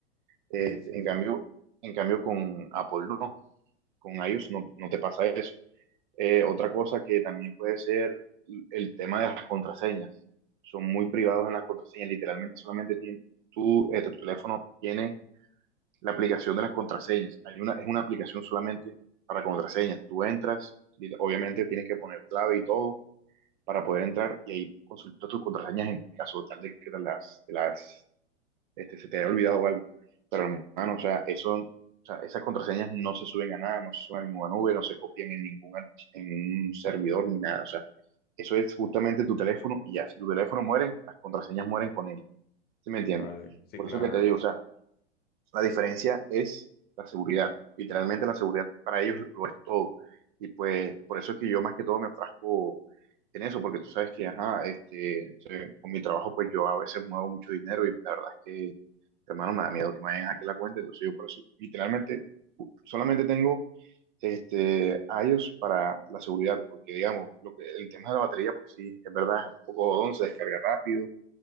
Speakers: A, on the right (about 45°); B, on the left (about 25°).
A: Este,
B: Sí, sí,
A: en
B: sí.
A: cambio, en cambio, con Apple no, con iOS no, no te pasa eso. Eh, otra cosa que también puede ser el tema de las contraseñas. Son muy privados en las contraseñas, literalmente solamente tiene, tú, eh, tu teléfono tiene la aplicación de las contraseñas. Hay una, es una aplicación solamente para contraseñas. Tú entras, y obviamente tienes que poner clave y todo para poder entrar y ahí consultas tus contraseñas en caso tal de que te las, te las este, se te haya olvidado algo. Pero hermano, o sea, eso, o sea, esas contraseñas no se suben a nada, no se suben a ninguna nube, no se copian en ningún, arch- en un servidor ni nada. O sea, eso es justamente tu teléfono y ya, si tu teléfono muere, las contraseñas mueren con él. ¿Sí me entiendes?
B: Vale, sí,
A: Por
B: claro,
A: eso que te
B: hermano.
A: digo, o sea, la diferencia es la seguridad. Literalmente la seguridad para ellos lo es todo. Y pues por eso es que yo más que todo me enfrasco en eso, porque tú sabes que, ajá, este, se- con mi trabajo pues yo a veces muevo mucho dinero y la verdad es que, hermano, me da miedo que me vayan a hackear la cuenta. Entonces yo por eso literalmente u- solamente tengo este, a ellos para la seguridad, porque digamos, lo que, el tema de la batería, pues sí, es verdad, es un poco don, se descarga rápido